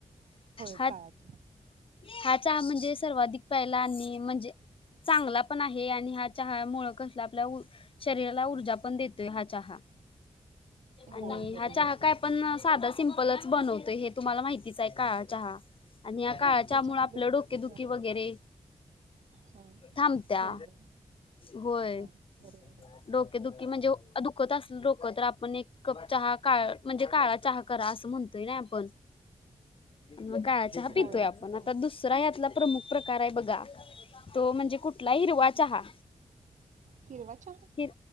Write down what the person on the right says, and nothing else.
होय
काळा चहा.
आहे
होय बरोबर
आहे
हा
त्याच्यामध्ये
हा
हा
होय होय
हा बरोबर
आहे होय
हा
हिरवा चहा?